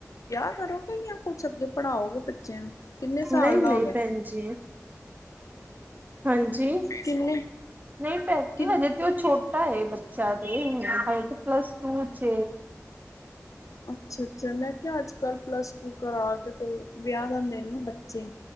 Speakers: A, on the left; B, on the right.
A: ਵਿਆਹ ਕਰੋਗੇ ਜਾਂ ਕੁਛ ਅੱਗੇ ਪੜ੍ਹਾਓਗੇ ਬੱਚੇ ਨੂੰ ਕਿੰਨੇ ਸਾਲ
B: ਨਹੀਂ-
A: ਦਾ
B: ਨਹੀਂ
A: ਹੋ ਗਿਆ?
B: ਭੈਣ ਜੀ। ਹਾਂਜੀ।
A: ਕਿੰਨੇ
B: ਨਹੀਂ ਭੈਣ ਜੀ
A: ਕਿੰਨ
B: ਹਜੇ ਛੋਟਾ ਹੈ ਬੱਚਾ ਤਾਂ, ਪਲੱਸ ਟੂ ਚਚ'
A: ਅੱਛਾ- ਅੱਛਾ ਮੈਂ ਕਿਹਾ, ਅੱਜ ਕੱਲ੍ਹ ਪਲੱਸ ਟੂ ਕਰਾ ਕੇ ਤੇ ਵਿਆਹ ਦਦੇਨ ਨਾ ਬੱਚੇ। ਹ